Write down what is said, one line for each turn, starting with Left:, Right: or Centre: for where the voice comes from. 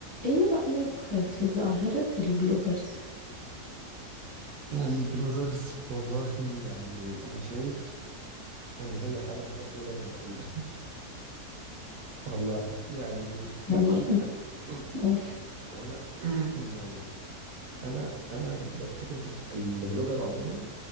Left: ايه رأيك في ظاهرة البلوجرز؟
Right: البلوجرز والله يعني انا شايف ان هي حاجه ملهاش اي لازمه تقريبا <laughs> والله يعني
Left: يعني
Right: لا هقول لك
Left: انت
Right: حاجه
Left: قول
Right: <clears throat> هو انا <clears throat> يعني انا انا ال- فكره الف- الفلوجر عموما